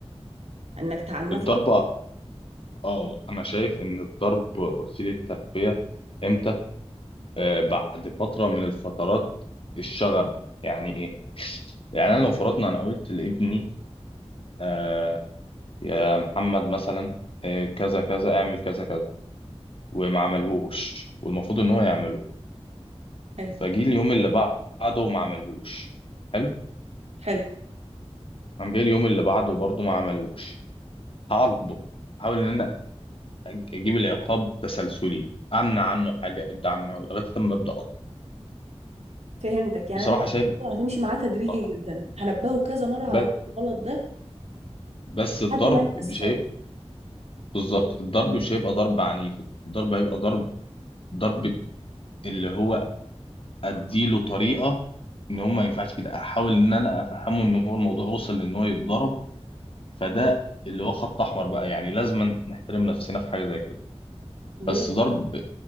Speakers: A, on the right; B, on the left.
A: انك تعنفه
B: الضربة اه انا شايف ان الضرب وسيلة تربية امتى آه بعد فترة من الفترات الشغب يعني ايه يعني انا لو فرضنا انا قلت لابني آه يا محمد مثلا آه كذا كذا اعمل كذا كذا وما عملهوش والمفروض ان هو يعمله
A: أي.
B: فجي اليوم اللي بعده وما عملهوش حلو
A: حلو
B: قام جاي اليوم اللي بعده برضه ما عملهوش هعاقبه احاول ان انا أج- اجيب العقاب تسلسلي امنع عنه حاجه ابدا عنه لغايه لما ابدا اقضي
A: فهمتك يعني
B: بصراحه
A: انت
B: شايف
A: هتمشي معاه تدريجي
B: آه. آه،
A: جدا هنبهه كذا مرة على
B: ب-
A: نفس الغلط ده
B: بس الضرب
A: لحد ما يحس
B: مش
A: خالص
B: هيبقى بالظبط الضرب مش هيبقى ضرب عنيف الضرب هيبقى ضرب ضرب اللي هو اديله طريقه ان هو ما ينفعش كده احاول ان انا افهمه ان هو الموضوع وصل لان هو يتضرب فده اللي هو خط احمر بقى يعني لازم نحترم نفسنا في حاجه زي كده
A: بص
B: بس ضرب